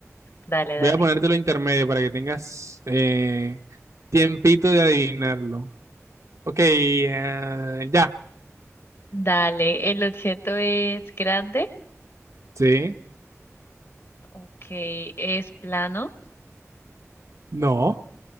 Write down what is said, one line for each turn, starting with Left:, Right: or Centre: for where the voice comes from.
Left: dale,
Right: Voy
Left: dale.
Right: a ponértelo intermedio para que tengas eh, tiempito de adivinarlo. Ok, eh, ya.
Left: Dale, ¿el objeto es grande?
Right: Sí,
Left: Ok, es plano,
Right: no,